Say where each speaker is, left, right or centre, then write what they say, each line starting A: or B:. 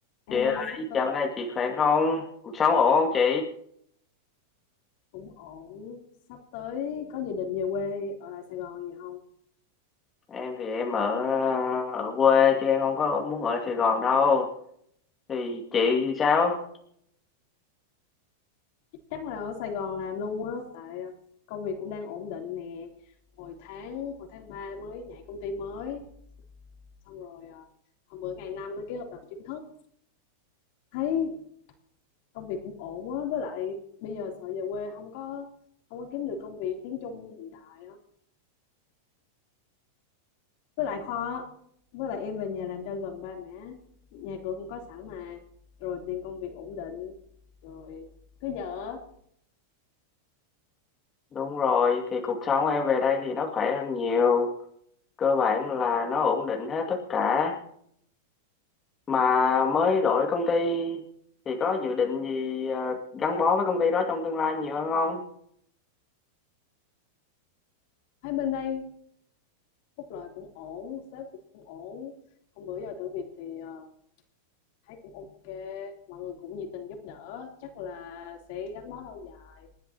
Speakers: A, on the left; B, on the left.
A: Em
B: chị ơi
A: ơi, sắp tới
B: dạo này chị khỏe không cuộc sống ổn không chị
A: cũng ổn, sắp tới có dự định về quê ở lại Sài Gòn gì không?
B: em thì em ở ở quê chứ em không có muốn ở Sài Gòn đâu thì chị thì sao
A: Chắc là ở Sài Gòn làm luôn á, tại ờ, công việc cũng đang ổn định nè. Hồi tháng, hồi tháng 3 mới nhảy công ty mới, xong rồi à, hôm bữa ngày năm mới ký hợp đồng chính thức. Thấy công việc cũng ổn á, với lại bây giờ sợ về quê không có không có kiếm được công việc tiếng Trung hiện tại á. với lại kho, á. với lại em về nhà làm cho gần ba mẹ nhà cửa cũng có sẵn mà rồi tìm công việc ổn định rồi cứ giờ
B: đúng rồi thì cuộc sống em về đây thì nó khỏe hơn nhiều cơ bản là nó ổn định hết tất cả mà mới đổi công ty thì có dự định gì ờ, gắn bó với công ty đó trong tương lai nhiều hơn không
A: thấy bên đây phúc lợi cũng ổn sếp cũng ổn hôm bữa giờ thử việc thì ờ, thấy cũng ok mọi người cũng nhiệt tình giúp đỡ chắc là sẽ gắn bó lâu dài